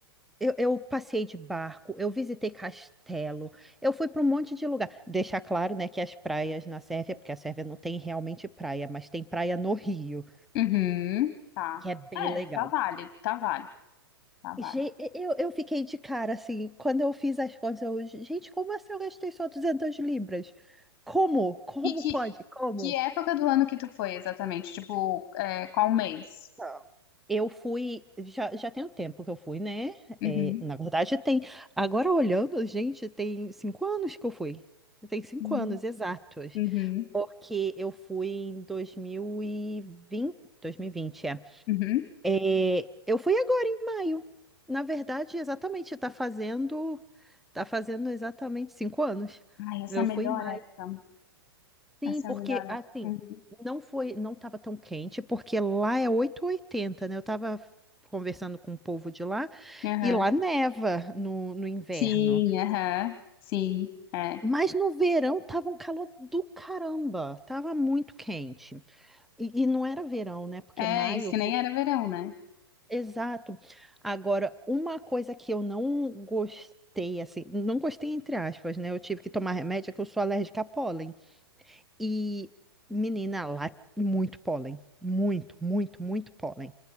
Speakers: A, in the centre; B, on the left.
A: eu, eu passei de barco, eu visitei castelo, eu fui pra um monte de lugar. Deixar claro, né, que as praias na Sérvia, porque a Sérvia não tem realmente praia, mas tem praia no Rio,
B: Uhum, tá.
A: que é bem
B: É,
A: legal.
B: tá válido, tá válido. Tá, vale.
A: Ge- Eu, eu fiquei de cara, assim, quando eu fiz as contas, eu, gente, como assim eu gastei só 200 libras? Como? Como
B: E que,
A: pode? Como?
B: que época do ano que tu foi exatamente? Tipo, é, qual mês?
A: Então, eu fui, já, já tem um tempo que eu fui, né?
B: Uhum.
A: É, na verdade, tem, agora olhando, gente, tem cinco anos que eu fui. Tem cinco
B: Uhum.
A: anos, exatos.
B: Uhum.
A: Porque eu fui em 2020, 2020, é.
B: Uhum.
A: É, eu fui agora em maio. Na verdade, exatamente, tá fazendo, tá fazendo exatamente cinco anos.
B: Ai, essa
A: Eu
B: é a melhor
A: fui em maio.
B: época.
A: Sim,
B: Essa
A: porque
B: é a melhor época.
A: assim,
B: Uhum.
A: não foi, não tava tão quente, porque lá é oito e oitenta, né? Eu tava conversando com o povo de lá
B: Aham.
A: e lá neva no, no inverno.
B: Sim, aham. Sim, é.
A: Mas no verão tava um calor do caramba, tava muito quente. E, e não era verão, né? Porque
B: É,
A: maio.
B: isso que nem era verão, né?
A: Exato. Agora, uma coisa que eu não gostei, assim, não gostei entre aspas, né? Eu tive que tomar remédio, é que eu sou alérgica a pólen. E, menina, lá, muito pólen. Muito, muito, muito pólen.